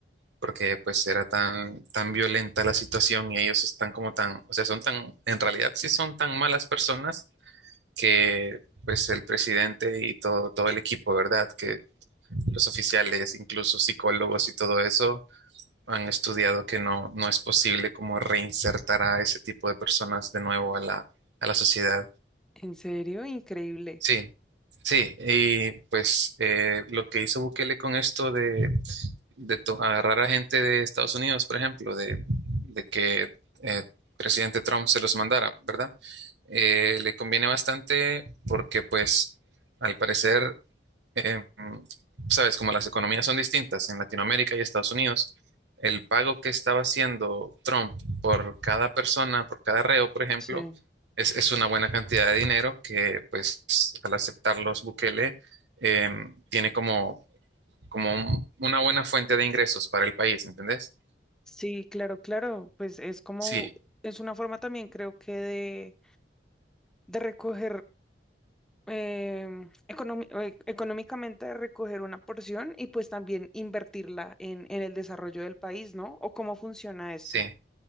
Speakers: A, on the right (about 80°); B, in the centre.
A: porque pues era tan, tan violenta la situación y ellos están como tan, o sea, son tan, en realidad sí son tan malas personas que pues el presidente y todo, todo el equipo, ¿verdad? Que los oficiales, incluso psicólogos y todo eso, han estudiado que no, no es posible como reinsertar a ese tipo de personas de nuevo a la, a la sociedad.
B: En serio, increíble.
A: Sí, Sí, y pues eh, lo que hizo Bukele con esto de, de to- agarrar a gente de Estados Unidos, por ejemplo, de, de que eh, presidente Trump se los mandara, ¿verdad? Eh, le conviene bastante porque pues al parecer em, sabes, como las economías son distintas en Latinoamérica y Estados Unidos, el pago que estaba haciendo Trump por cada persona, por cada reo, por ejemplo,
B: Sí.
A: es, es una buena cantidad de dinero que, pues, al aceptarlos Bukele, em, tiene como, como un- una buena fuente de ingresos para el país, ¿entendés?
B: Sí, claro, claro. Pues es como,
A: Sí,
B: es una forma también creo que de, de recoger em, economi- eh, económicamente recoger una porción y pues también invertirla en, en el desarrollo del país, ¿no? ¿O cómo funciona esto?
A: sí,